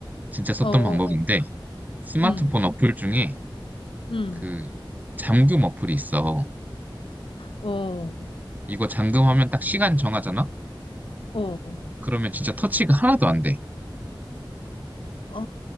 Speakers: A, on the right; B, on the left.
A: 진짜 썼던
B: 어, 어,
A: 방법인데, 스마트폰
B: 음,
A: 어플 중에
B: 음,
A: 그 잠금 어플이 있어.
B: 어,
A: 이거 잠금하면 딱 시간 정하잖아?
B: 어.
A: 그러면 진짜 터치가 하나도 안 돼.
B: 아,